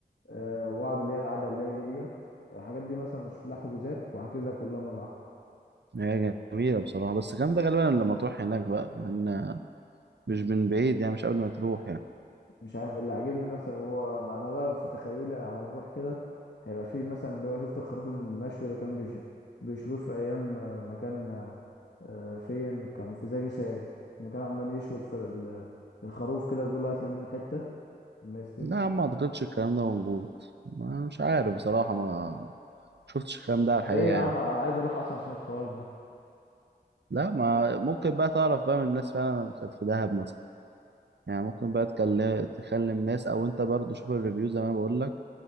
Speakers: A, on the left; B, on the right.
A: آه، واقعد اللي هي القعده الليلي ديت الحاجات دي مثلا اشوف لها حجوزات واحجزها كلها مره واحده
B: هي جميلة بصراحة بس الكلام ده غالبا لما تروح هناك بقى لأن مش من بعيد يعني مش قبل ما تروح يعني
A: مش عارف اللي عاجبني مثلا هو انا بقى في تخيلي على ما اروح كده هيبقى في مثلا اللي هو شفت الخروف المشوي اللي كان بيش بيشويه في ايام آه، ما كان آه، فين كان في زكي شاهين لما كان عمال يشوي الفر- ال- الخروف كده بيقول له هات لي منه حته ما يستوي
B: لا ما اعتقدش الكلام ده موجود ما مش عارف بصراحة ما شفتش الكلام ده على الحقيقة
A: ايه يا
B: يعني
A: عم انا عايز اروح اصلا عشان الحوار ده
B: لا ما ممكن بقى تعرف بقى من الناس فعلا كانت في دهب مثلا يعني ممكن بقى تكلم تكلم ناس او انت برضو شوف الريفيو زي ما بقول لك